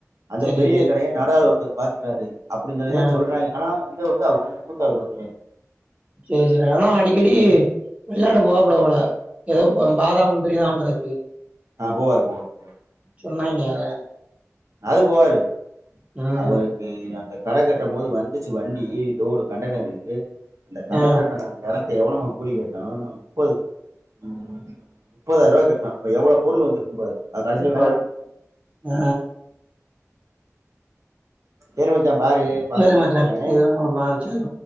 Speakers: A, on the right (about 75°); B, on the right (about 25°).
A: அந்தப்
B: சரி
A: பெரிய கடைய நடாளு ஒருத்தர் பாத்துகிறாரு அப்டின் சொல்லிதா
B: ஆ
A: சொல்றாய்ங்க ஆனா இந்த வந் த்த வொன்னே மூத்தாள் பாத்துகுறாரு
B: செரி செரி ஆனா அடிக்கடி வெளிநாடு போவாப்லபோல ஏதோப் பாதாம் முந்திரிலா வாங்கறக்கு
A: ஆ போவார் போவார் போவார்
B: சொன்னாய்ங்க அத
A: அது போவாரு
B: ம்
A: அவருக்கு அந்த கட கட்டம் போது வந்துச்சு வண்டி லோடு கண்டனரு அந்தக் கண்டருனல
B: ஆ
A: நாங்க எறக்க எவ்ளமா கூலி கேட்டா முப்பது ம் முப்பதாயிரவா கேட்டா அப்ப எவ்ள பொருள் வந்திருக்கு பாரு அது கடைசியில
B: ம் பாடு அ
A: சேரி மச்சாம் பாரு பாத்துட்டு
B: சரி மச்சான்.
A: கூப்புர்றே
B: இது நம்ம
A: அ
B: சரி